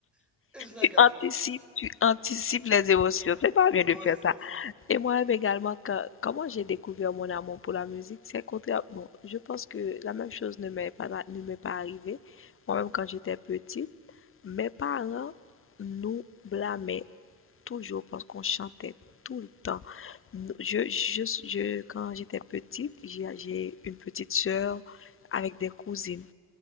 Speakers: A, in the centre; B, on the left.
A: Et je la
B: Tu
A: garde.
B: anticipes, tu anticipes les émotions. C'est pas bien
A: Ouais,
B: de faire
A: c'est
B: ça.
A: ça.
B: Et moi-même également, quand, comment j'ai découvert mon amour pour la musique, c'est contraire. Bon, je pense que la même chose ne m'est pas, ne m'est pas arrivée. Moi-même, quand j'étais petite, mes parents nous blâmaient toujours parce qu'on chantait tout le temps. Nous- Je, je, je- quand j'étais petite, j'ai j'ai une petite sœur avec des cousines,